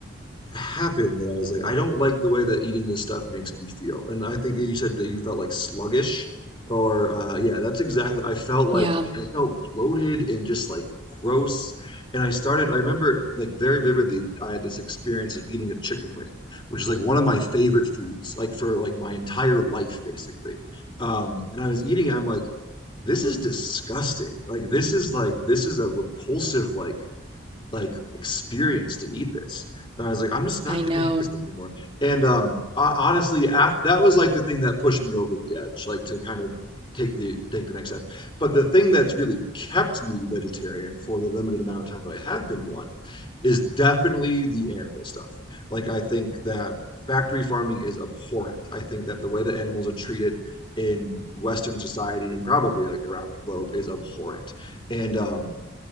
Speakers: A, on the left; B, on the right.
A: happened that I was like, I don't like the way that eating this stuff makes me feel. And I think you said that you felt like sluggish or uh, yeah, that's exactly. I felt like
B: Yeah,
A: I Yeah. felt bloated and just like gross. And I started, I remember like very vividly, I had this experience of eating a chicken wing, which is like one of my favorite foods, like for like my entire life basically. Um, and I was eating, I'm like, this is disgusting. Like this is like this is a repulsive like like experience to eat this. And I was like, I'm just not
B: I know.
A: going to eat this stuff anymore. And um, ho- honestly, after that was like the thing that pushed me over the edge, like to kind of take the take the next step. But the thing that's really kept me vegetarian for the limited amount of time that I have been one is definitely the animal stuff. Like I think that factory farming is abhorrent. I think that the way that animals are treated in Western society and probably like around the globe is abhorrent. And um,